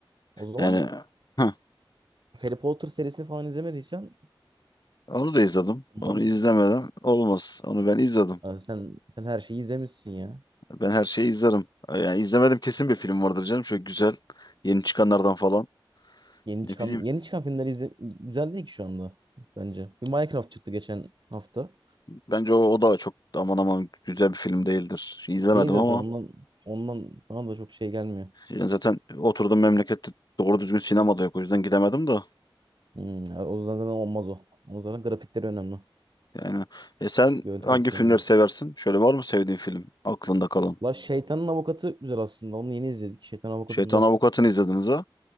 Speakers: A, on the right (about 60°); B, on the left (about 50°).
A: O zaman
B: Yani heh,
A: Harry Potter serisini falan izlemediysen
B: onu da izledim.
A: onları
B: Onu izlemedim. Olmaz. Onu ben izledim.
A: Aa, sen sen her şeyi izlemişsin ya.
B: Ben her şeyi izlerim. Yani izlemedim kesin bir film vardır canım. Şöyle güzel. Yeni çıkanlardan falan.
A: Yeni
B: Ne
A: çıkan
B: bileyim.
A: yeni çıkan filmler izle güzel değil ki şu anda bence. Bir Minecraft çıktı geçen hafta.
B: Bence o, o da çok aman aman güzel bir film değildir. İzlemedim
A: Değil zaten
B: ama
A: ondan ondan bana da çok şey gelmiyor.
B: yani zaten oturduğum memlekette doğru düzgün sinemada yok. O yüzden gidemedim de.
A: Hmm, o yüzden zaten olmaz o. O zaten grafikleri önemli.
B: Yani e sen
A: Görüntü
B: hangi
A: kalitesi
B: filmleri
A: önemli.
B: seversin? Şöyle var mı sevdiğin film aklında kalan?
A: La Şeytanın Avukatı güzel aslında. Onu yeni izledik. Şeytanın Avukatı
B: Şeytan
A: güzel.
B: Avukatı'nı izlediniz ha?